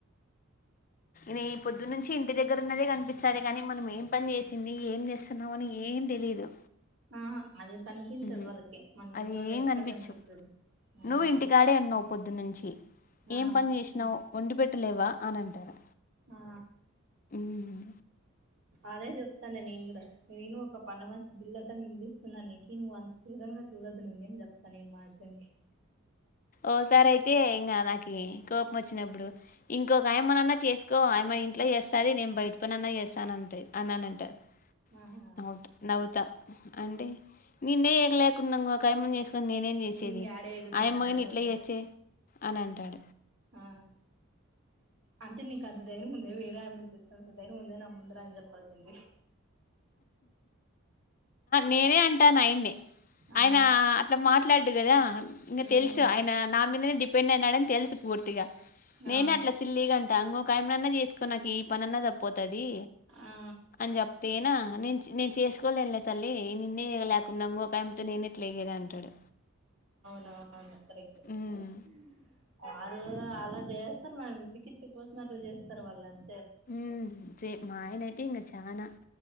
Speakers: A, on the left; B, on the right.
A: నే పొద్దు నుంచి ఇంటి దగ్గర ఉన్నదే కనిపిస్తదే కాని మనం ఏం పని చేసింది, ఏం చేస్తున్నావ్ అని ఏం తెలీదు
B: ఆహా అది కనిపించదు
A: మ్మ్
B: వాళ్ళకి మనం
A: అవి
B: ఇంట్లో ఉండేది
A: ఏం
B: ఒక్కటి
A: కనిపించవు
B: కనిపిస్తది. ఆ
A: నువ్వు ఇంటికాడే అన్నావ్ పొద్దునుంచి
B: ఆ
A: ఏం పని చేసినావు వండి పె ట్ట లేవా అని అంటారు.
B: ఆ
A: ఉమ్.
B: అదే జెప్ న్న నేను కూడా నేను ఒక పన్న మంచిి బిల్ అంతా మిగిలిస్తున్నాను నీ నువ్వు అంత చులగనగా చూడొదు నీమీ చెప్తా ని మా హస్బెండ్ కి
A: ఓసారి అయితే ఇంకా నాకి కోపం వచ్చినప్పుడు ఇంకొక ఆయమ్మ నాయనా చేసుకో అమ్మే ఇట్లా చేేస్తాది నేను బయట పని అన్నా చేస్తానంటది అన్నా అని అంటాది
B: ఆహా
A: నవుతా నవ్వుతా అంటే ననేే ఎగలేకున్నా ఒకకాయమ్మని చేసుకొని నేనేం చేసేది
B: ఇంగ యాడ ఎగుదును
A: ఆయమ్మయిని
B: అంటాడు
A: ఇట్ల
B: ఓకే
A: చేచ్చే అని అంటాడు
B: ఆ అంటే నీక అంత ధైర్యం ఉంద్ లే వేరే ఆమె చేసుకున్న దైని ముందే నమ్ముందర అని చెప్పాల్సింది
A: నేనే అంటాను ఆయన్ని ఆయన
B: ఆ
A: అట్లా మార్చ మాట్లాడు కదా ఇంక
B: ఉమ్
A: తెలుసు ఆయన నా మీదనే డిపెండ్ అయినాడని తెలుసు పూర్తిగా నేనే
B: ఆ
A: అట్లా సిల్లీ గంట ఇంకొక ఆమ్ చేసుకోన్నాకి ఈ పని అన్న తప్పపోతుది
B: ఆ
A: అని చె నా నేను చేసుకోలే తల్లి నైన్ <unintelligible> నేనే క్లియర్ అంటాడు
B: అవును కరెక్ట్
A: ఉమ్
B: మ్మ్ వాళ్ళు అలా చేస్తారు మనం విసికిస కోసం అట్లా చేస్తారు వాళ్ళని
A: మ్మ్ మాయన అైతే ఇంక చానా